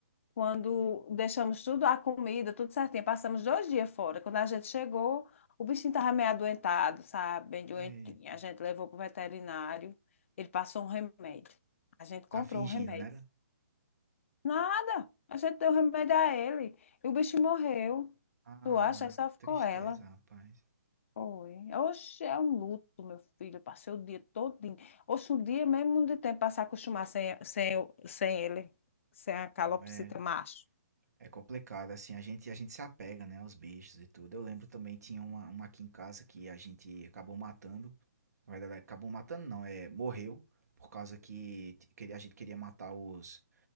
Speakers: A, on the left; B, on the right.
A: Quando deixamos tudo, a comida, tudo certinho, passamos dois dias fora. Quando a gente chegou, o bichinho estava meio adoentado, sabe? Bem doentinho.
B: Eita.
A: A gente levou para o veterinário, ele passou um remédio. A gente comprou
B: Tá fingindo,
A: o remédio.
B: né?
A: Nada! A gente deu remédio a ele. E o bicho morreu.
B: Ah,
A: Tu acha? Aí só ficou
B: tristeza,
A: ela.
B: rapaz.
A: Foi. Oxe, é um luto, meu filho. Eu Passei o dia todinho. Oxe, um dia mesmo de tempo para se acostumar sem, sem, sem ele, sem a calopsita
B: Não, é,
A: macho.
B: é complicado, assim, a gente, a gente se apega, né, aos bichos e tudo. Eu lembro também, tinha uma, uma aqui em casa que a gente acabou matando. Na verdade, acabou matando não, é, morreu, por causa que t- queria, a gente queria matar os...